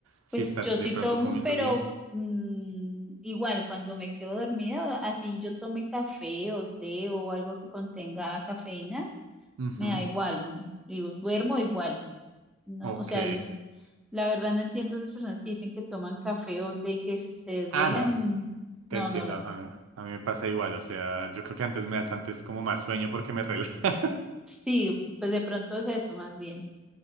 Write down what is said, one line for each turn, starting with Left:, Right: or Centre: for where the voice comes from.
Right: si
Centre: Pues
Right: estás
Centre: yo sí
Right: de pronto
Centre: tomo,
Right: comiendo
Centre: pero
Right: bien.
Centre: mm, igual cuando me quedo dormida, así yo tome café o té o algo que contenga cafeína,
Right: Ujú,
Centre: me da igual, digo, duermo igual, ¿no?
Right: Ok.
Centre: O sea, el- la verdad no entiendo esas personas que dicen que toman café o té y que se, se desvelan.
Right: Ah, no, te
Centre: No,
Right: entiendo.
Centre: no lo.
Right: A mí, a mí me pasa igual. O sea, yo creo que antes me das antes como más sueño porque me <laughs> relaja.
Centre: Sí, pues de pronto es eso más bien,